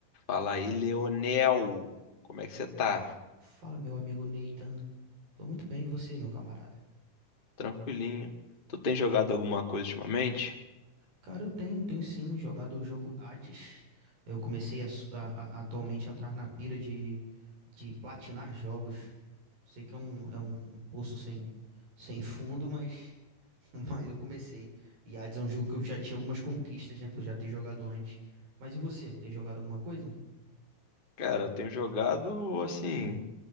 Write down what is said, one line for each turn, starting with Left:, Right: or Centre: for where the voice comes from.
Left: Fala aí, Leonel. Como é que você tá?
Right: Fala, meu amigo Nathan. Tô muito bem, e você, meu camarada?
Left: Tranquilinho. Tu tem jogado alguma coisa ultimamente?
Right: Cara, eu tenho, tenho sim jogado o jogo Hades. Eu comecei a, s- a- a- atualmente a entrar na pira de, de platinar jogos. Sei que é um, é um, um poço sem, sem fundo, mas, <laughs> mas eu comecei. E Hades é um jogo que eu já tinha algumas conquistas, né, por já ter jogado antes. Mas e você, tem jogado alguma coisa?
Left: Cara, eu tenho jogado assim,